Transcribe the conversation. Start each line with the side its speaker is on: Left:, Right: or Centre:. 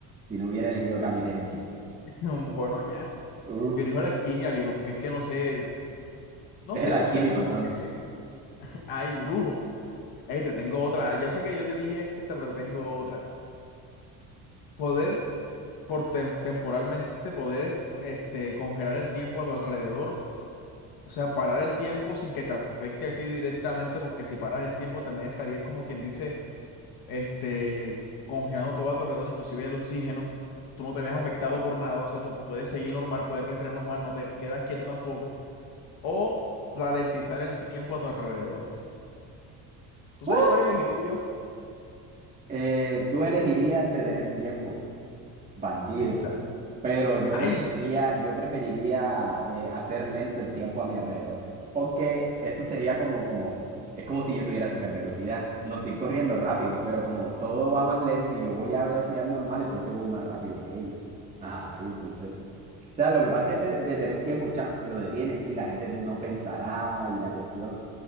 Right: Si no hubiera elegido Kamitenchi.
Left: No, Bueno, ya.
Right: Uf,
Left: Yo elijo la quimia, viejo, porque es que no sé, no
Right: es
Left: sé,
Right: el alquímico
Left: o sea, es como
Right: entonces.
Left: que, <laughs> ay, brujo. Ey, te tengo otra. Ya sé que yo te dije esta, pero te tengo otra. Poder, por tem- temporalmente, poder, este, congelar el tiempo a tu alrededor. O sea, parar el tiempo sin que te afecte a ti directamente, porque si paras el tiempo también estarías como quien dice, este, congelando todo a tu alrededor, inclusive el oxígeno. Tú no te ves afectado por nada, o sea, tú puedes seguir normal, puedes respirar normal, no te quedas quieto tampoco o ralentizar el tiempo a tu alrededor. ¿Tú
Right: ¡Uh!
Left: sabes cuál elegiría yo?
Right: Eh, tú elegirías de tener tiempo, bandido.
Left: Sisa.
Right: Pero yo
Left: Ay,
Right: preferiría, yo preferiría eh, hacer lento el tiempo a mi alrededor, porque eso sería como, como, es como si yo tuviera super velocidad. No estoy corriendo rápido, pero como todo va más lento y yo voy a velocidad normal, entonces voy más rápido que ellos. Ajá, y entonces, o sea, lo que pasa es que te- detener tiempo, Chuck lo detiene, sí, la gente no pensará y la cuestión,